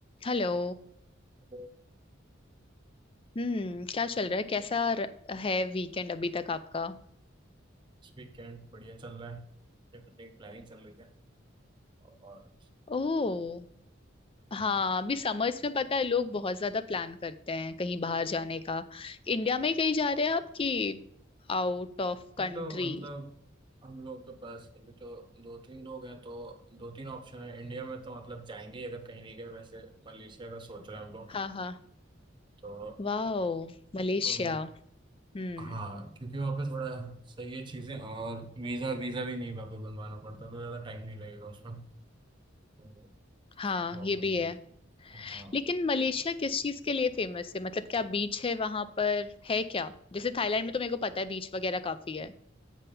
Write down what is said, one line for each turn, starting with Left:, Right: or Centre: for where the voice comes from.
Left: हेलो
Right: तो
Left: हम्म क्या चल रहा है कैसा र- है वीकेंड अभी तक आपका
Right: इस वीकेंड बढ़िया चल रहा है ये करने की प्लानिंग चल रही है और
Left: ओह हाँ
Right: हाँ
Left: अभी समर्स में पता है लोग बहुत ज्यादा प्लान करते हैं कहीं बाहर जाने का इंडिया में कहीं जा रहे हैं आप कि आउट ऑफ
Right: अभी
Left: कंट्री
Right: तो मतलब हम लोगों के पास अभी तो दो तीन लोग हैं तो दो तीन ऑप्शन है इंडिया में तो मतलब जाएंगे ही अगर कहीं नहीं गए वैसे मलेशिया का सोच रहे हैं हम लोग
Left: हाँ हाँ
Right: तो
Left: Wow Malaysia
Right: तो
Left: हम्म
Right: हाँ क्योंकि वहाँ पे थोड़ा सही है चीज़ें और वीज़ा वीज़ा भी नहीं वहाँ पे बनवाना पड़ता तो ज़्यादा टाइम नहीं लगेगा उसमें तो
Left: हाँ
Right: उसकी प्रॉब्लम
Left: ये भी
Right: नहीं
Left: है
Right: है हाँ
Left: लेकिन मलेशिया किस चीज के लिए फेमस है मतलब क्या बीच है वहां पर है क्या जैसे थाईलैंड में तो मेरे को पता है बीच वगैरह काफी है